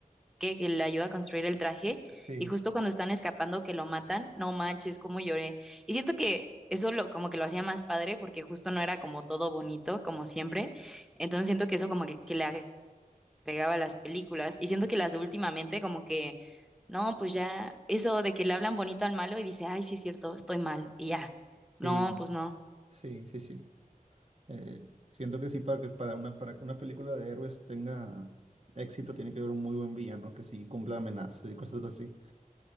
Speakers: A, in the centre; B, on the right (about 50°).
A: que, que le ayuda a construir el traje,
B: Sí,
A: y justo cuando están escapando que lo matan, no manches, cómo lloré. Y siento que eso lo, como que lo hacía más padre, porque justo no era como todo bonito, como siempre. Entonces siento que eso como que, que le agregaba a las películas, y siento que las de últimamente como que, no, pues ya, eso de que le hablan bonito al malo y dice, ay, sí es cierto, estoy mal, y ya. No,
B: sí,
A: pues no,
B: sí, sí, sí. Eh, siento que sí, para que para una, para que una película de héroes tenga éxito, tiene que haber un muy buen villano que sí cumpla amenazas y cosas así.